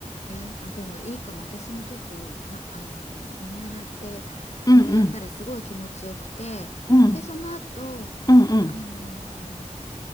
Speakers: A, on the left; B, on the left.
A: え、あ、でもいいかも。私もちょっと、が、あの、見習って、それやったらすごい気持ちよくて、
B: うんうん、うん、
A: で、その後、
B: うんうん、
A: あの、